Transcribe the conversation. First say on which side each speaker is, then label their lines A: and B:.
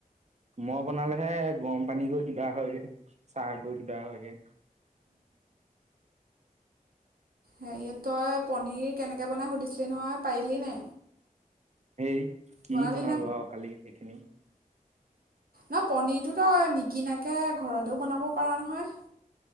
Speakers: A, on the right; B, on the right.
A: ম' বনালেহে গৰম পানী গৈ কিবা হয়গে চাহ গৈ কিবা হয়গৈ
B: হেৰিয় তই পনীৰ কেনেকে বনাই সুধিছিলি নহয় পাৰিলি নে
A: সেই কি
B: বনালি
A: বনালো আৰু কালি সেইখিনি
B: নহ পনিৰটোতো নিকিনাকে ঘৰতওঁ বনাব পাৰা নহয়